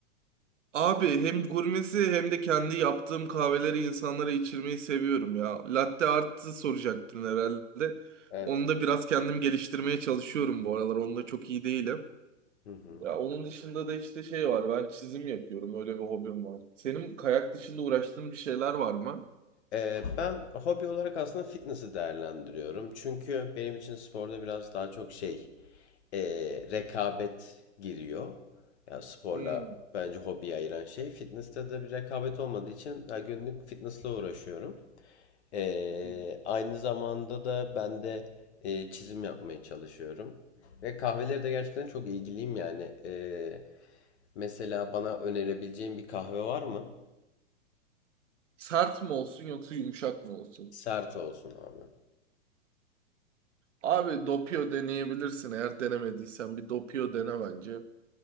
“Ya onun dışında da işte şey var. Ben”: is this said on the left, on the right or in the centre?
Right